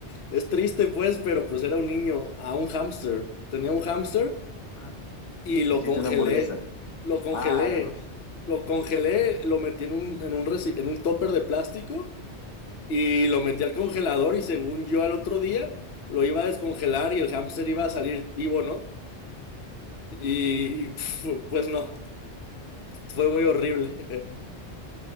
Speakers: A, on the left; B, on the left.
A: es triste pues, pero pues era un niño, a un hámster, tenía un hámster
B: Ah,
A: y lo
B: Te hiciste
A: congelé,
B: una hamburguesa.
A: lo congelé,
B: Ah, loco.
A: lo congelé, lo metí en un, en un, reci- en un topper de plástico y lo metí al congelador y según yo al otro día lo iba a descongelar y el hámster iba a salir vivo, ¿no? Y <laughs> pues no, fue muy horrible.